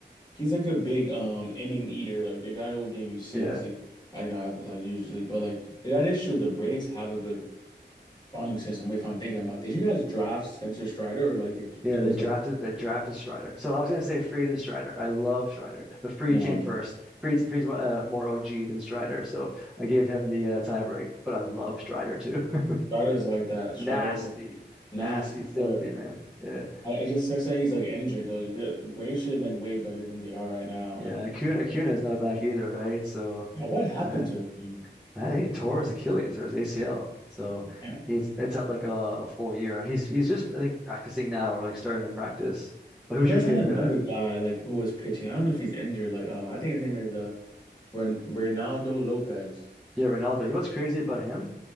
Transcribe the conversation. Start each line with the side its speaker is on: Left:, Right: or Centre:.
Left: He's like a big um inning eater. Like the guy will give you six.
Centre: Yeah,
Left: He, I you know I was like usually, but like yeah, that is true. The Braves have a good bombing system, if I'm thinking about it. Did you guys draft Spencer Strider or like did you,
Centre: yeah.
Left: it was
Centre: They drafted
Left: like
Centre: they drafted Strider. So I was gonna say Fried and Strider. I love Strider, but Fried
Left: no
Centre: came
Left: nah,
Centre: first. Fried's Fried's uh, more OG than Strider, so I gave him the uh, tiebreak. But I love Strider too. <laughs>
Left: Strider's like that.
Centre: Nasty,
Left: Strider's
Centre: nasty,
Left: nasty
Centre: filthy
Left: for real.
Centre: man. Yeah,
Left: I, it just sucks that he's like injured though. The Braves should have been way better than they are right now.
Centre: yeah.
Left: Like
Centre: Acuna, Acuna is not back either, right? So.
Left: yeah, what happened
Centre: Uh,
Left: to him?
Centre: I think he tore his Achilles or his ACL. So
Left: Yeah.
Centre: he's it's out like a, a full year. He's he's just I think practicing now or like starting to practice. But who's
Left: You guys
Centre: your favorite?
Left: had another
Centre: Uh,
Left: guy like who was pitching. I don't know if he's injured. Like uh, I think his name is uh Ren Reynaldo Lopez.
Centre: yeah, Ronaldo. You know what's crazy about him?